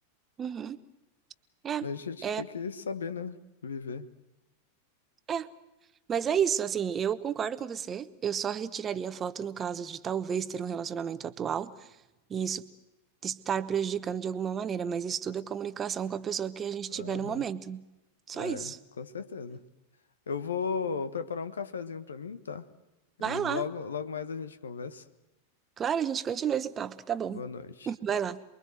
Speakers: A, on the right; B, on the left.
A: Uhum. É.
B: A gente tem
A: É.
B: que saber, né? Viver.
A: É. Mas é isso, assim, eu concordo com você. Eu só retiraria a foto no caso de talvez ter um relacionamento atual e isso estar prejudicando de alguma maneira, mas isso tudo é comunicação com a pessoa que a gente
B: Aham.
A: tiver no momento. Só
B: É,
A: isso.
B: com certeza. Eu vou preparar um cafezinho pra mim, tá? Aí
A: Vai
B: logo,
A: lá.
B: logo mais a gente conversa.
A: Claro, a gente continua esse papo que tá bom.
B: Boa noite.
A: <laughs> Vai lá.